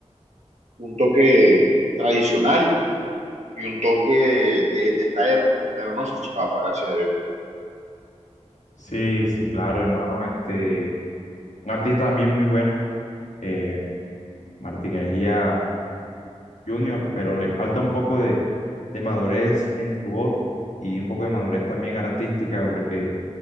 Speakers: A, on the right; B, on the left.
A: un toque tradicional y un toque de, de esta época, pero no salchipapa, gracias a Dios.
B: Sí, sí, claro, hermano, este, un artista también muy bueno, eh, Martín Elías Junior, pero le falta un poco de, de madurez en su voz y un poco de madurez también artística, porque,